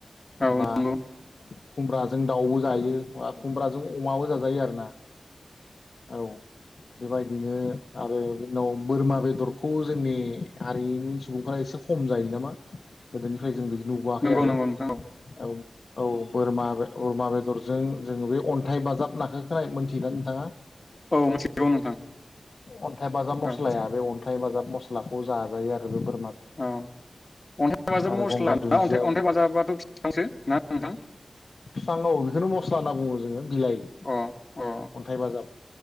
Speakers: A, on the left; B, on the left.
A: औ
B: बा
A: नंगौ
B: खुमब्राजों दाउबो जायो बा खुमब्राजों अमाबो जाजायो आरोना औ बेबायदिनो आरो बिनि उनाव बोरमा बेदरखौ जोंनि हारिनि सुबुंफोरा एसे खम जायो नामा गोदोनिफ्राय जों नुबोआखै
A: नंगौ
B: आरो
A: नंगौ नोंथां
B: औ औ बोरमा बोरमा बेदरजों जोङो बे अन्थाइ बाजाब नाखो खोनायो मोनथियोना नोंथां आ?
A: औ मोनथिगौ नोंथां।
B: अन्थाइ बाजाब मस्लाया
A: औ
B: बे अन्थाइ बाजाब मस्लाखौ जाजायो आरो जबोर
A: औ अन्थाइ बाजाब
B: आरो
A: मस्ला
B: गंगार दुन्दिया
A: ना अन्थाइ अन्थाइ बाजाबाथ' बिफांसो ना? नोंथां।
B: बिफां औ बेखौनो मस्ला होनना बुंङो जोङो। बिलाइ
A: अ अ
B: अन्थाइ बाजाब